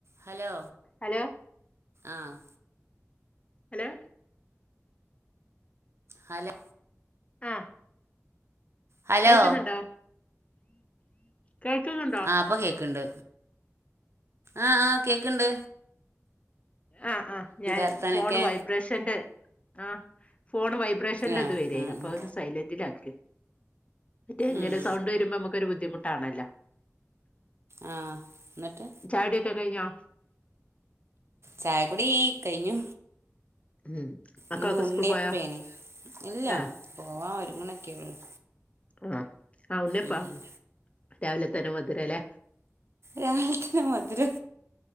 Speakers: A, on the right (about 55°); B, on the left (about 25°).
A: ഹലോ
B: ഹലോ
A: ആഹ്
B: ഹലോ
A: ഹലെ
B: ആഹ്
A: ഹലോ
B: കേക്കുന്നുണ്ടോ കേൾക്കുന്നു
A: ആ പ്പൊ കേക്ക്ണ്ട് ആഹ് ആഹ് കേക്ണ്ട്
B: ആഹ് ആഹ് ഞാ
A: വർത്താനൊക്കെ
B: ഫോൺ വയ് ബ്രഷന്റെ ആഹ് ഫോണ് വൈബ്രേഷന്റെ
A: ആ
B: ഇത് വരെ
A: ഉം
B: അപ്പൊ
A: ഉം
B: അതൊന്ന് സൈലന്റിലക്ക് മറ്റേ ഇങ്ങനെ
A: ഉം
B: സൗണ്ട് വരുമ്പോ നമുക്കൊരു ബുദ്ധിമുട്ടാണല്ലോ
A: ആ എന്നിട്ട്
B: ചായോട്യൊക്കെ കഴിഞ്ഞോ
A: ചായകുടി കഴിഞ്ഞു
B: ഉം മക്കളൊക്കെ
A: ഇന്ന് ഉണ്ണിയപ്പേനെ
B: സ്കൂൾ പോയോ
A: ഇല്ല
B: ആഹ്
A: പോവാ ഒരുങ്ങണൊക്കെ ഉള്ളൂ
B: ആഹ് ആ ഉണ്ണ്യപ്പാ
A: ഉം ഉം
B: രാവിലെ തന്നെ മധുര ലേ.
A: രാവിലെ തന്നെ മധരോ